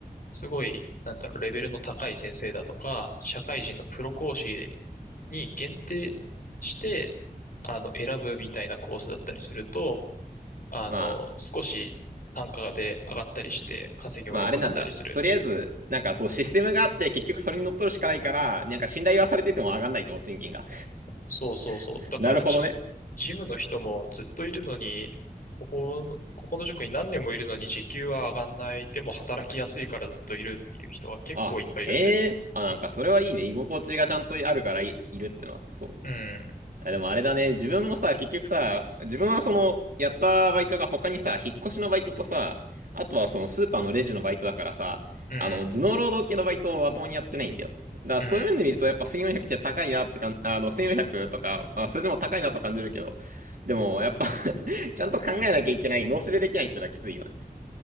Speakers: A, on the left; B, on the right.
A: すごい、なんだろう、レベルの高い先生だとか、社会人のプロ講師に限定して、あの、選ぶみたいなコースだったりすると、あの、
B: まあ、
A: 少し単価で上がったりして、稼ぎも良くなったりする。
B: まあ、あれなんだ。とりあえず、なんかそう、システムがあって、結局それに乗っ取るしかないから、なんか信頼はされてても上がんないと、賃金が。
A: そうそうそう。
B: <laughs>
A: だからジ、
B: なるほどね。
A: ジムの人もずっといるのに、ここの、ここの塾に何年もいるのに時給は上がんない。でも働きやすいからずっといるっていう人が結構いっぱいいるんだよ。
B: あ、へえ。あ、なんかそれはいいね。居心地がちゃんとあるからい、いるってのは。そう。
A: うん、
B: あでもあれだね、自分もさ、結局さ、自分はその、やったバイトが他にさ、引っ越しのバイトとさ、あとはそのスーパーのレジのバイトだからさ、
A: うん、
B: あの、頭脳労働系のバイトをまともにやってないんだよ。だからそういう面で見るとやっぱ1400って高いなってかん、
A: うん。
B: あの、1400とか、まあ、それでも高いなと感じるけど、でもやっぱ <laughs> ちゃんと考えなきゃいけない、脳死でできないってのはきついよね。